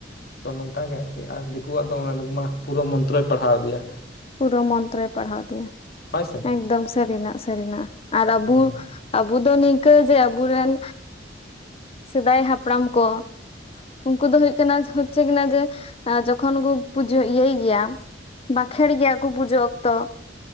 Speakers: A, on the left; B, on the left.
A: ᱛᱚ ᱱᱚᱝᱠᱟ ᱜᱮ ᱟᱨᱠᱤ ᱟᱨ ᱫᱤᱠᱩ ᱚᱱᱟ ᱫᱚ ᱢᱟ ᱯᱩᱨᱟᱹ ᱢᱚᱱᱛᱨᱚᱭ ᱯᱟᱲᱦᱟᱣ ᱟᱫᱮᱭᱟ
B: ᱯᱩᱨᱟᱹ ᱢᱚᱱᱛᱨᱚᱭ ᱯᱟᱲᱦᱟᱣ ᱟᱫᱮᱭᱟ
A: ᱦᱳᱭ ᱥᱮ
B: ᱮᱠᱫᱚᱢ ᱥᱟᱹᱨᱤᱱᱟᱜ ᱥᱟᱹᱨᱤᱱᱟᱜ ᱟᱨ ᱟᱵᱚ
A: ᱦᱳᱭ ᱦᱳᱭ
B: ᱟᱵᱚ ᱫᱚ ᱱᱤᱝᱠᱟᱹ ᱡᱮ ᱟᱵᱚ ᱨᱮᱱ ᱥᱮᱫᱟᱭ ᱦᱟᱯᱲᱟᱢ ᱠᱚ ᱩᱱᱠᱩ ᱫᱚ ᱦᱩᱭᱩᱜ ᱠᱟᱱᱟ ᱦᱚᱪᱪᱷᱮ ᱠᱤᱱᱟ ᱡᱮ ᱡᱚᱠᱷᱚᱱ ᱠᱚ ᱯᱩᱡᱟᱹ ᱤᱭᱟᱹᱭ ᱜᱮᱭᱟ ᱵᱟᱸᱠᱷᱮᱲ ᱜᱮᱭᱟ ᱠᱚ ᱯᱩᱡᱟᱹ ᱚᱠᱛᱚ